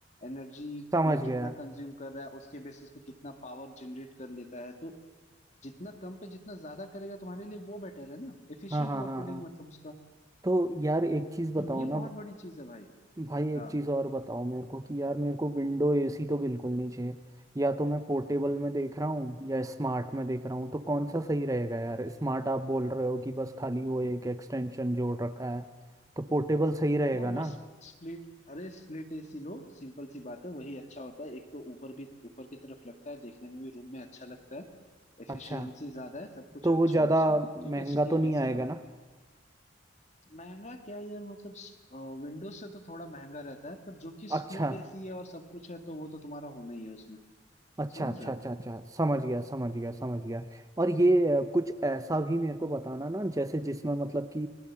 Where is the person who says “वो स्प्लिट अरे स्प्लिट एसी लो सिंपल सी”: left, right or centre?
Left